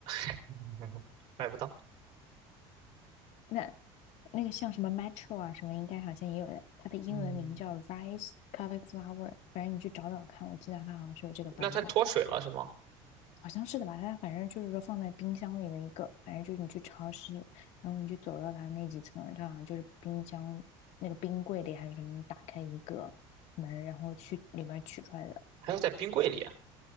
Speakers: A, on the right; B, on the left.
A: <laughs> 买不到。
B: 那那个像什么 Metro 啊什么，应该好像也有的。它的英文名叫
A: 嗯，
B: Rice Cauliflower，反正你去找找看，我记得它好像是有这个版本。
A: 那它脱水了是吗？
B: 好像是的吧？它反正就是说放在冰箱里的一个，反正就是你去超市，然后你就走到它那几层，它好像就是冰箱那个冰柜里还是什么，打开一个门，然后去里边取出来的。
A: 还要在冰柜里啊，